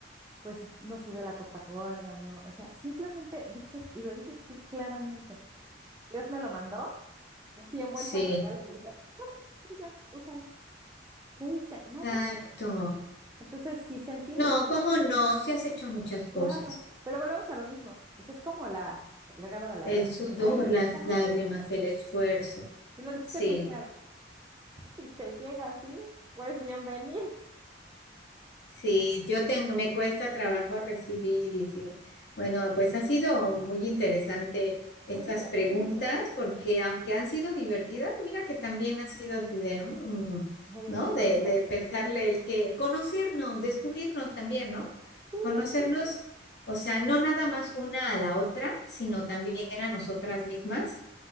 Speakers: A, on the right; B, on the left.
A: pues no sudé la gota gorda, ¿no? O sea, simplemente dices, y lo dices tú claramente, Dios me lo mandó, así envuelto
B: Sí,
A: en regalo y me dijo, tuyo, úsalo. ¿Qué hice? Nada.
B: exacto.
A: Entonces, si sentimos,
B: No, cómo no, si has hecho muchas cosas.
A: claro, pero volvemos a lo mismo. Pues, es como la, el regalo de la
B: El
A: gracia.
B: sudor,
A: Ahí está,
B: las lágrimas,
A: ajá.
B: el esfuerzo.
A: Y lo dijiste
B: Sí,
A: bien claro. Si te llega así, pues bienvenido.
B: sí, yo tengo, me cuesta trabajo recibir y sí. Bueno, pues ha sido muy interesante estas
A: Muy divertido.
B: preguntas porque aunque han sido divertidas, mira que también han sido así de, mm,
A: Medio
B: ¿no?
A: filosóficas.
B: De, de pensarle el que, conocernos, descubrirnos también, ¿no?
A: Sí.
B: Conocernos, o sea, no nada más una a la otra, sino también a nosotras mismas.